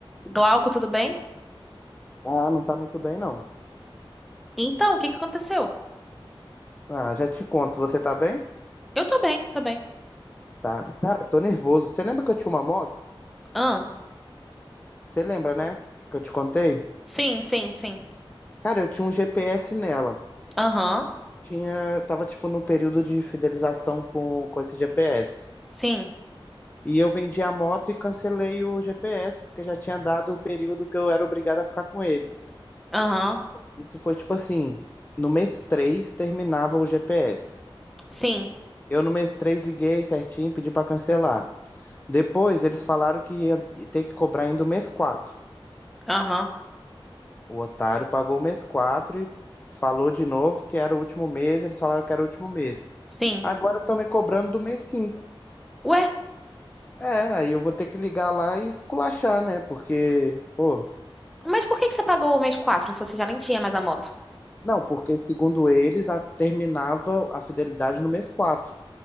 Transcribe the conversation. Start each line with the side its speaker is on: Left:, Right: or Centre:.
Centre: Glauco, tudo bem?
Left: Ah, não tá muito bem, não.
Centre: Então, o que que aconteceu?
Left: Ah, já te conto. Você tá bem?
Centre: Eu tô bem, tô bem.
Left: Tá. Cara, tô nervoso. Você lembra que eu tinha uma moto?
Centre: Ah,
Left: Você lembra, né? Que eu te contei?
Centre: sim, sim, sim.
Left: Cara, eu tinha um GPS nela.
Centre: Aham,
Left: Tinha, tava tipo no período de fidelização com, com esse GPS.
Centre: sim.
Left: E eu vendi a moto e cancelei o GPS, porque já tinha dado o período que eu era obrigado a ficar com ele.
Centre: Aham,
Left: Isso foi tipo assim, no mês 3 terminava o GPS.
Centre: sim.
Left: Eu no mês 3 liguei certinho, pedi para cancelar. Depois eles falaram que ia ter que cobrar ainda o mês 4.
Centre: Aham,
Left: O otário pagou o mês 4 e falou de novo que era o último mês, eles falaram que era o último mês.
Centre: sim.
Left: Agora estão me cobrando do mês 5.
Centre: Ué,
Left: É, aí eu vou ter que ligar lá e esculachar, né? Porque, pô,
Centre: mas por que que você pagou o mês 4 se você já nem tinha mais a moto?
Left: não, porque segundo eles a, terminava a fidelidade no mês 4.